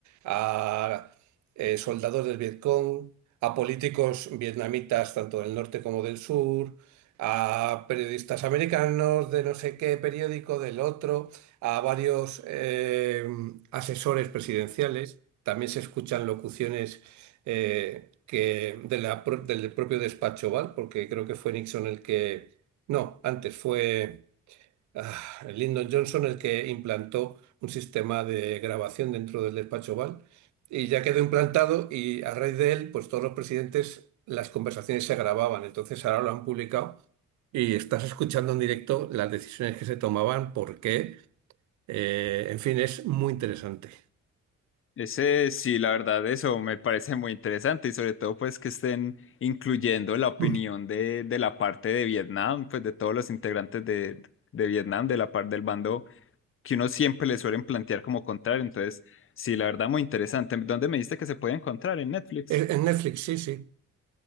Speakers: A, on the right (about 70°); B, on the left (about 45°).
A: a eh, soldados del Vietcong, a políticos vietnamitas tanto del norte como del sur, a periodistas americanos de no sé qué periódico, del otro a varios eh, asesores presidenciales. También se escuchan locuciones eh, que de la pro- del propio despacho Oval, porque creo que fue Nixon el que... No, antes fue ah, Lyndon Johnson el que implantó un sistema de grabación dentro del despacho Oval y ya quedó implantado y a raíz de él, pues todos los presidentes, las conversaciones se grababan. Entonces ahora lo han publicado. Y estás escuchando en directo las decisiones que se tomaban, por qué eh, en fin, es muy interesante.
B: Ese, sí, la verdad, eso me parece muy interesante y sobre todo pues que estén incluyendo la opinión
A: Mm.
B: de, de la parte de Vietnam, pues de todos los integrantes de, de Vietnam, de la parte del bando que uno siempre le suelen plantear como contrario. Entonces, sí, la verdad, muy interesante. ¿Dónde me dijiste que se puede encontrar? En Netflix.
A: Es- En Netflix, sí, sí.